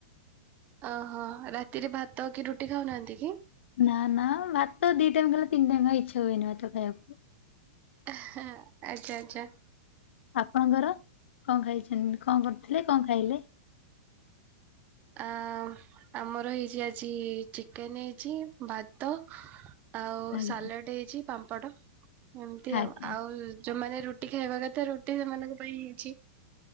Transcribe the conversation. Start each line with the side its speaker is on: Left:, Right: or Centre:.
Right: ଓହୋ, ରାତିରେ ଭାତ କି ରୁଟି ଖାଉନାହାନ୍ତି କି?
Left: ନା-ନା ଭାତ ଦି ଟାଇମ୍ ଖାଇଲେ ତିନି ଟାଇମ୍ ଆଉ ଇଚ୍ଛା ହୁଏନି ଭାତ ଖାଇବାକୁ।
Right: ଏ-ହେ-ହେ ଆଚ୍ଛା-ଆଚ୍ଛା।
Left: ଆପଣଙ୍କର କଣ ଖାଇଚନ୍ତି କଣ କରୁଥିଲେ କଣ ଖାଇଲେ?
Right: ଆ ଆମର ହେଇଚି ଆଜି ଚିକେନ୍ ହେଇଚି ଭାତ ଆଉ
Left: ଆଜ୍ଞା
Right: ସାଲାଡ ହେଇଚି ପାମ୍ପଡ଼, ଏମ୍ତି
Left: ଆଜ୍ଞା
Right: ଆଉ-ଆଉ ଯୋଉମାନେ ରୁଟି ଖାଇବା କଥା ରୁଟି ସେମାନଙ୍କ ପାଇଁ ହେଇଚି।